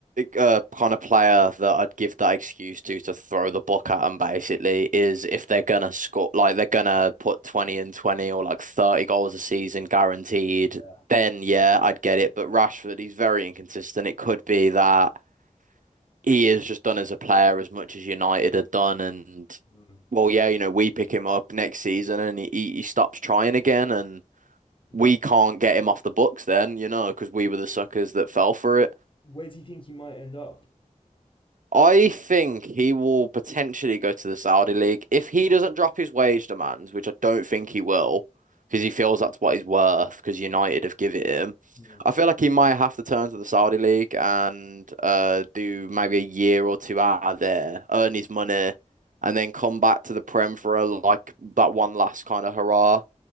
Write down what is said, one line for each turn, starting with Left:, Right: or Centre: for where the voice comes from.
Right: uh, kind of player that I'd give that excuse to to throw the book at them basically is if they're gonna score, like they're gonna put 20 and 20 or like 30 goals a season guaranteed,
Left: Yeah.
Right: then yeah, I'd get it. But Rashford, he's very inconsistent. It could be that he is just done as a player as much as United had done and.
Left: Mm.
Right: Well, yeah, you know, we pick him up next season and he, he he stops trying again, and
Left: That
Right: we can't get him off the books then, you know, because we were the suckers that fell for it.
Left: where do you think he might end up?
Right: I think he will potentially go to the Saudi League if he doesn't drop his wage demands, which I don't think he will, because he feels that's what he's worth. Because United have given it him.
Left: Hmm.
Right: I feel like he might have to turn to the Saudi League and uh do maybe a year or two out of there, earn his money, and then come back to the Prem for a like that one last kind of hurrah.